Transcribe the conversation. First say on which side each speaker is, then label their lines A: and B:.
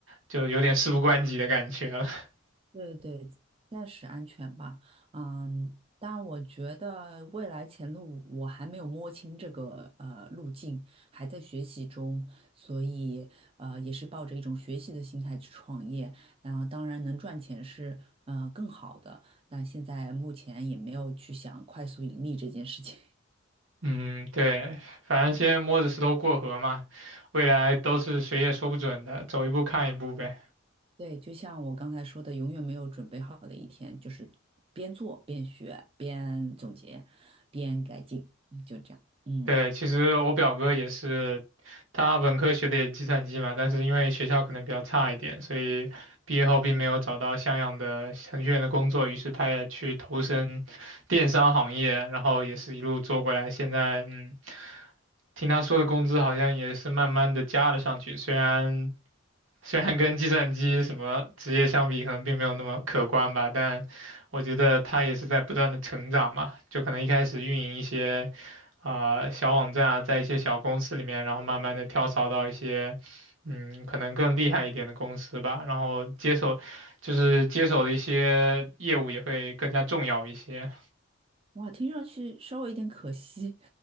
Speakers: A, on the right; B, on the right.
A: 就有点事不关己的感觉了。<laughs>
B: 对对，暂时安全吧。嗯，但我觉得未来前路我还没有摸清这个呃路径，还在学习中，所以呃也是抱着一种学习的心态去创业。然后当然能赚钱是呃更好的，但现在目前也没有去想快速盈利这件事情。<laughs>
A: 嗯，对，反正先摸着石头过河嘛，未来都是谁也说不准的，走一步看一步呗。
B: 对，就像我刚才说的，永远没有准备好的一天，就是边做边学边总结边改进，嗯就这样。嗯。
A: 对，其实我表哥也是，他本科学的也是计算机嘛，但是因为学校可能比较差一点，所以毕业后并没有找到像样的程序员的工作，于是他也去投身电商行业，然后也是一路做过来，现在嗯，听他说的工资好像也是慢慢的加了上去，虽然虽然跟计算机什么职业相比，可能并没有那么可观吧，但我觉得它也是在不断的成长嘛。就可能一开始运营一些啊、小网站啊，在一些小公司里面，然后慢慢的跳槽到一些嗯可能更厉害一点的公司吧，然后接手就是接手的一些业务也会更加重要一些。
B: 哇，听上去稍微有点可惜，